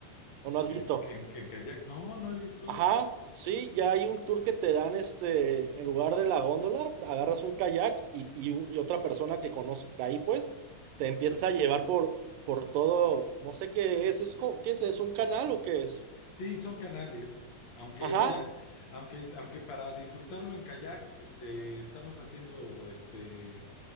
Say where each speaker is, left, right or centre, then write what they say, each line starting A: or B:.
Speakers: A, on the right (about 80°); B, on the left (about 55°).
A: ¿O no has
B: ¿En,
A: visto?
B: en, en kayak? No, no he visto.
A: Ajá, sí, ya hay un tour que te dan este, en lugar de la góndola, agarras un kayak y, y u- y otra persona que conoce de ahí, pues, te empieza a llevar por, por todo, no sé qué es, es co- ¿qué es? ¿Es un canal o qué es?
B: Sí, son canales, aunque
A: Ajá,
B: ella, aunque, aunque para disfrutarlo en kayak, este, estamos haciendo este